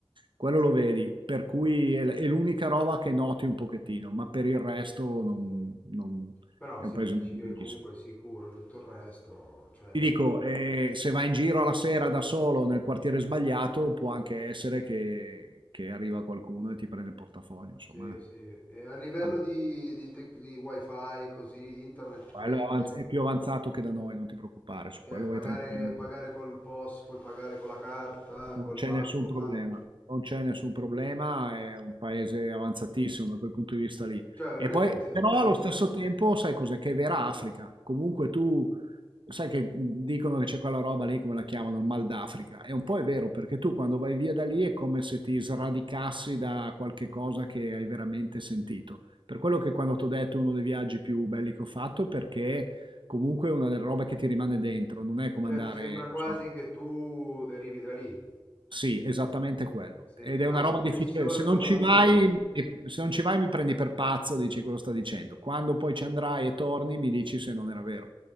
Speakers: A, on the right; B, on the left.
A: Quello lo vedi, per cui è, è l'unica roba che noti un pochettino, ma per il resto non, non-
B: Però
A: è
B: se
A: un paese
B: mi dici
A: normalissimo.
B: che comunque è sicuro, tutto il resto, cioè,
A: Ti dico, eh, se vai in giro alla sera da solo nel quartiere sbagliato, può anche essere che, che arriva qualcuno e ti prende il portafoglio, insomma.
B: sì,
A: eh.
B: sì. E a livello
A: Ah,
B: di, di, tec- di wifi, così, internet
A: quello
B: prende,
A: è, avanz- è più avanzato che da noi, non ti preoccupare, su
B: cioè,
A: quello
B: pagare,
A: vai tranquillo.
B: pagare col POS, puoi pagare con la carta, col
A: Non c'è
B: bancomat.
A: nessun problema, non c'è nessun problema, è un paese avanzatissimo da quel punto di vista lì.
B: Cioè,
A: E
B: non
A: poi,
B: è che se-
A: però
B: siamo-
A: allo stesso tempo, sai cos'è? Che è vera Africa. Comunque tu sai che dicono che c'è quella roba lì, come la chiamano, il mal d'Africa. E un po' è vero, perché tu quando vai via da lì è come se ti sradicassi da qualche cosa che hai veramente sentito. Per quello che quando ti ho detto è uno dei viaggi più belli che ho fatto, perché comunque è una delle robe che ti rimane dentro, non è come
B: cioè,
A: andare,
B: ti sembra quasi
A: non so.
B: che tu derivi da lì,
A: Sì, esattamente quello.
B: senti
A: Ed
B: una
A: è una
B: connessione
A: roba difficile. Se non
B: con la
A: ci
B: natura.
A: vai, e- se non ci vai mi prendi per pazzo, dici cosa sta dicendo. Quando poi ci andrai e torni, mi dici se non era vero.